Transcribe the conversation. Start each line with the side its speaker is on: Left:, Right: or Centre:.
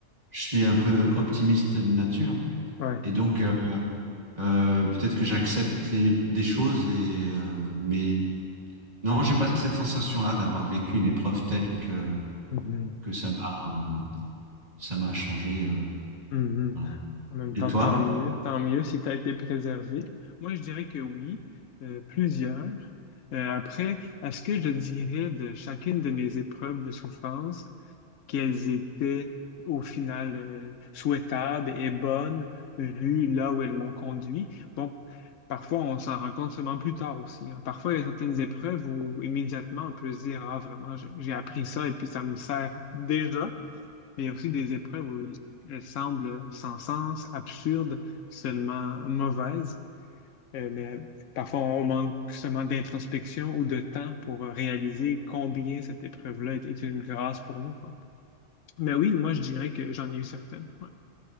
Right: je suis un peu optimiste de nature,
Left: ouais.
Right: et donc euh, euh, peut-être que j'accepte les, des choses, et, euh, mais non, j'ai pas cette sensation-là d'avoir vécu une épreuve telle que.
Left: Mhm,
Right: que ça m'a ça m'a changé. euh,
Left: mhm.
Right: voilà.
Left: En même
Right: Et
Left: temps,
Right: toi?
Left: tant mieux, tant mieux si tu as été préservé. Moi, je dirais que oui, euh, plusieurs. Euh, après, à ce que je dirais de chacune de mes épreuves de souffrance, qu'elles étaient au final euh, souhaitables et bonnes, vu là où elles m'ont conduit. Bon, parfois, on s'en rend compte seulement plus tard aussi. hein. Parfois, il y a certaines épreuves où immédiatement, on peut se dire, ah, vraiment, j'ai j'ai appris ça et puis ça me sert déjà. Mais il y a aussi des épreuves où elles semblent sans sens, absurdes, seulement mauvaises. Euh, mais parfois, on manque seulement d'introspection ou de temps pour euh, réaliser combien cette épreuve-là est, est une grâce pour nous, quoi. Mais oui, moi, je dirais que j'en ai eu certaines. ouais.